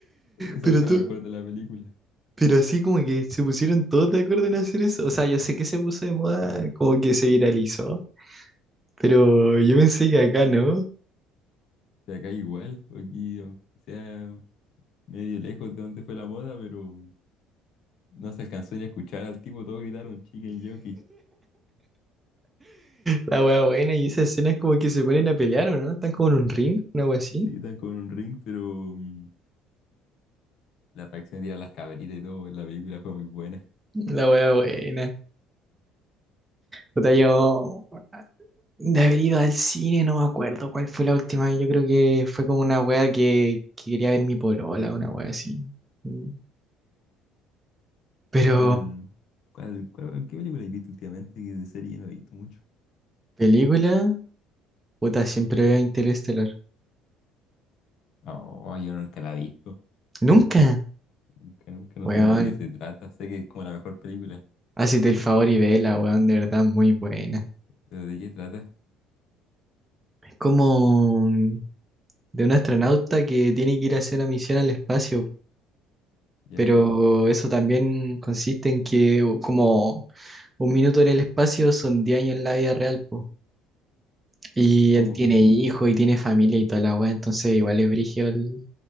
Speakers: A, on the left; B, on the right.
A: esa
B: Pero
A: fue
B: tú,
A: la mejor de la película.
B: pero así como que se pusieron todos de acuerdo en hacer eso. O sea, yo sé que se puso de moda, como que se viralizó. Pero yo pensé que acá no.
A: O sea, acá igual, aquí aunque sea medio lejos de donde fue la moda, pero mm, no se alcanzó ni a escuchar al tipo, todos gritaron chicken jockey.
B: La wea buena, y esa escena es como que se ponen a pelear, ¿o no? Están como en un ring, una wea así.
A: Sí, están con un ring, pero mm, la reacción de tirar las cabritas y todo en la película fue muy buena.
B: La wea buena. Puta, yo de haber ido al cine, no me acuerdo cuál fue la última. vez, Yo creo que fue como una wea que, que quería ver mi polola, una wea así. Mm. Pero,
A: ¿Cuál, cuál, cuál- qué película has visto últimamente? Que de serie yo no he visto mucho.
B: película, puta, siempre veo Interestelar.
A: Oh, yo nunca la he visto.
B: Nunca,
A: Nunca, nunca no
B: weón.
A: sé ni de qué se trata. Sé que es como la mejor película.
B: Hacete el favor y vela, weón, de verdad, muy buena.
A: Pero ¿de qué trata?
B: Es como un- de un astronauta que tiene que ir a hacer una misión al espacio
A: Ya.
B: pero eso también consiste en que u- como un minuto en el espacio son 10 años en la vida real, po. Y
A: Oh,
B: él tiene hijos y tiene familia y toda la weá, entonces igual es brígido el-